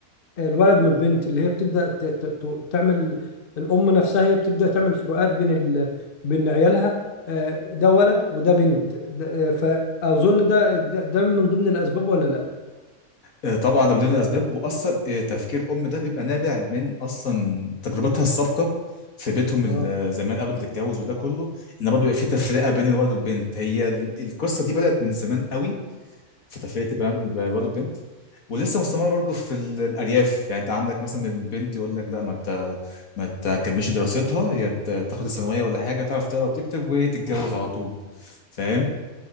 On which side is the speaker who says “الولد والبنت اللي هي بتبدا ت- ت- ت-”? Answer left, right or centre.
Left